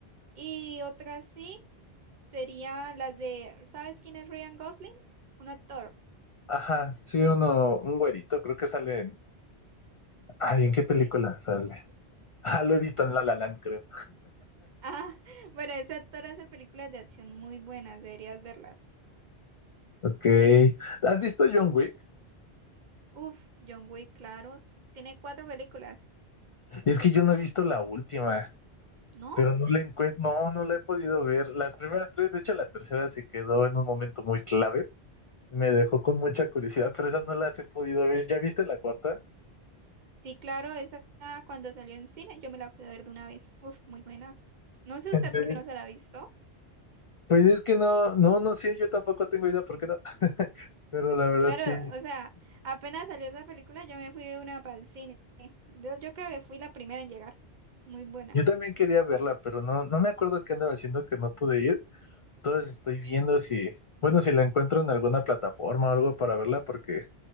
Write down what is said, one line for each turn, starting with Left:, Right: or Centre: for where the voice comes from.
Right: Y otra sí sería las de, ¿sabes quién es Ryan Gosling? Un actor,
Left: Ajá, sí, uno, un güerito, creo que sale en... Ay, ¿en qué película
Right: sí.
Left: sale? Ah, lo he visto en La La Land, creo.
Right: Ah, <laughs> bueno, ese actor hace películas de acción muy buenas, deberías verlas.
Left: Ok. ¿Has visto John Wick?
Right: Uf, John Wick, claro. Tiene cuatro películas,
Left: Es que yo no he visto la última,
Right: ¿no?
Left: pero no la encuentro, no, no la he podido ver. Las primeras tres, de hecho, la tercera se quedó en un momento muy clave Me dejó con mucha curiosidad, pero esas no las he podido ver. ¿Ya viste la cuarta?
Right: Sí, claro, esa cuando salió en cine yo me la fui a ver de una vez. Uf, muy buena. No sé
Left: ¿En
Right: usted
Left: serio?
Right: por qué no se la ha visto.
Left: Pues es que no, no, no sé, yo tampoco tengo idea por qué no. <laughs> Pero la verdad
Right: Claro,
Left: sí,
Right: o sea, apenas salió esa película yo me fui de una para el cine. Yo, yo creo que fui la primera en llegar. Muy buena.
Left: yo también quería verla, pero no, no me acuerdo qué andaba haciendo que no pude ir. Entonces estoy viendo si, bueno, si la encuentro en alguna plataforma o algo para verla, porque